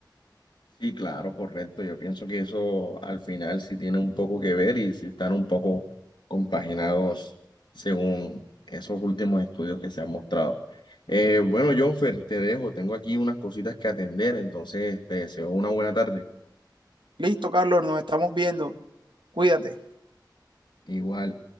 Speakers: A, on the left; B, on the right.
A: Sí, claro, correcto. Yo pienso que eso al final sí tiene un poco que ver y sí están un poco compaginados según esos últimos estudios que se han mostrado. Eh, bueno, Jonfer, te dejo. Tengo aquí unas cositas que atender, entonces te deseo una buena tarde.
B: Listo, Carlos, nos estamos viendo. Cuídate.
A: Igual.